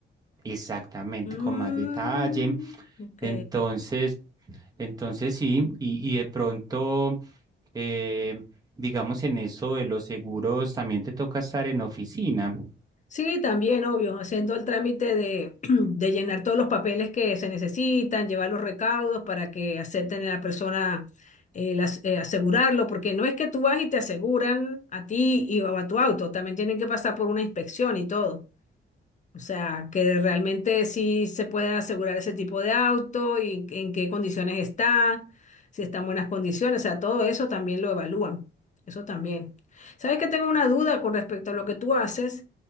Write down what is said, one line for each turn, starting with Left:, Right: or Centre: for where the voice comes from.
Right: exactamente,
Left: Mm,
Right: con más detalle.
Left: ok.
Right: Entonces, entonces sí, y, y de pronto, eh, digamos, en eso de los seguros, también te toca estar en oficina.
Left: Sí, también, obvio, haciendo el trámite de, <clears throat> de llenar todos los papeles que se necesitan, llevar los recaudos para que acepten a la persona eh, las- eh, asegurarlo, porque no es que tú vas y te aseguran a ti y o a tu auto, también tienen que pasar por una inspección y todo. O sea, que realmente sí se puede asegurar ese tipo de auto y en qué condiciones está, si está en buenas condiciones, o sea, todo eso también lo evalúan, eso también. ¿Sabes que tengo una duda con respecto a lo que tú haces?